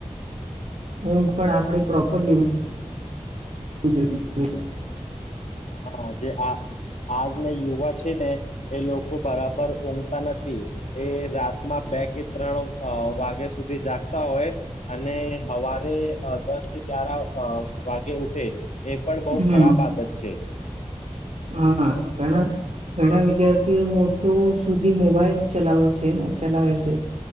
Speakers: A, on the right; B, on the left.
A: ઊંઘ પણ આપડે પ્રોપર લીવું જોઈએ.
B: હા જે આ આજના યુવા છે ને એ લોકો બરાબર ઊંઘતા નથી એ રાતના બે કે ત્રણ અ વાગ્યા સુધી જાગતા હોય અને હવારે દસ ગ્યારા અ વાગે ઉઠે એ પણ બહુ
A: હમ.
B: ખરાબ આદત છે.
A: હા ઘણા ઘણા વિદ્યાર્થી એવુ સુધી મોબાઈલ ચલાવો છે ને ચલાવે છે